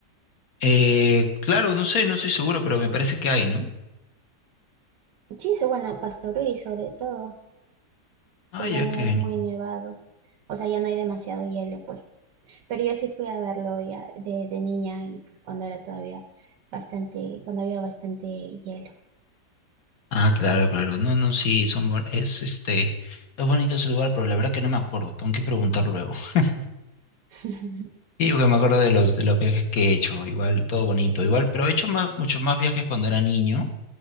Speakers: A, on the left; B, on the right.
A: Eh, claro, no sé, no estoy seguro, pero me parece que hay, ¿no?
B: Sí, eso, bueno, Pastoruri sobre todo,
A: Ah,
B: que
A: ya,
B: ya no
A: que
B: es muy nevado, o sea, ya no hay demasiado hielo, pues. Pero yo sí fui a verlo ya de, de niña y pues cuando era todavía bastante, cuando había bastante hielo.
A: Ah, claro, claro. No, no, sí, son, bu- es este, es bonito ese lugar, pero la verdad que no me acuerdo, tengo que preguntar luego. <laughs>
B: <laughs>
A: Sí, porque me acuerdo de los, de los viajes que he hecho, igual, todo bonito, igual, pero he hecho más, muchos más viajes cuando era niño.